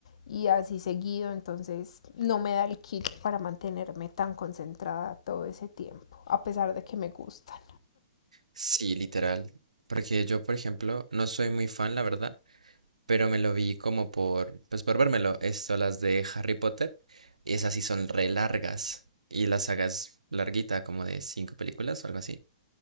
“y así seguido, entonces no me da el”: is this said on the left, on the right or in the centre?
Left